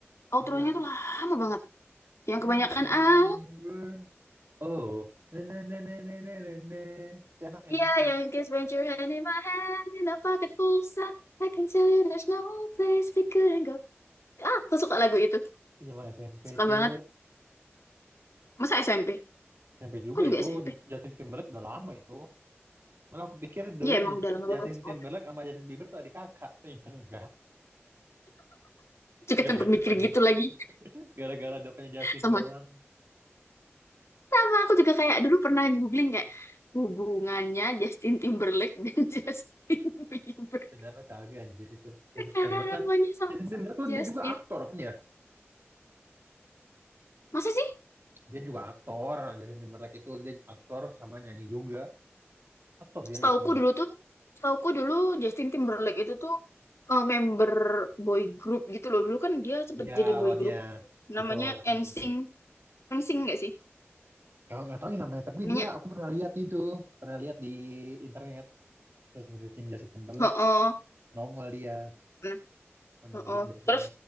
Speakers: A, on the left; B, on the right.
A: outronya
B: Iya.
A: tuh lama banget yang
B: This
A: kebanyakan
B: is the way
A: ah
B: we were. Oh. Na na na na na na na na. Enak emang
A: Iya,
B: enak.
A: yang kiss when your hand in my hand in a pocket full of sand. I can tell you there's no place we couldn't go. Ah, aku suka lagu itu.
B: Di zaman SMP
A: suka
B: tuh.
A: banget masa SMP
B: SMP juga
A: aku juga
B: itu
A: SMP
B: Ju- Justin Timberlake udah lama itu. Malah aku pikir dulu
A: Iya emang
B: Justin,
A: dalam lama
B: Justin
A: banget
B: Timberlake sama Justin Bieber tuh adik kakak. Ternyata enggak.
A: juga
B: Gara-gara
A: tempat mikir
B: depannya.
A: gitu lagi
B: Gara-gara depannya Justin
A: sama
B: doang.
A: Sama aku juga kayak dulu pernah googling kayak hubungannya Justin Timberlake dan <laughs> Justin Bieber.
B: Ternyata kagak anjir itu. Justin
A: karena
B: Timberlake kan.
A: namanya sama-sama
B: Justin Timberlake tuh
A: Justin.
B: dia juga aktor kan ya.
A: Masa sih?
B: Dia juga aktor. Justin Timberlake itu dia aktor sama nyanyi juga. Aktor dia
A: Setauku
B: Justin Timberlake.
A: dulu tuh, setauku dulu Justin Timberlake itu tuh eh, member boy group gitu loh. Dulu kan dia sempet
B: Iya
A: jadi
B: awalnya
A: boy group
B: betul
A: namanya
B: awalnya
A: NSYNC.
B: gitu.
A: NSYNC nggak sih?
B: Kalau nggak tahu ya namanya, tapi
A: Namanya.
B: dia aku pernah lihat itu, pernah lihat di internet terus searching Justin Timberlake
A: Heeh.
B: nongol dia
A: Nah,
B: sama grup
A: heeh.
B: bandnya.
A: Terus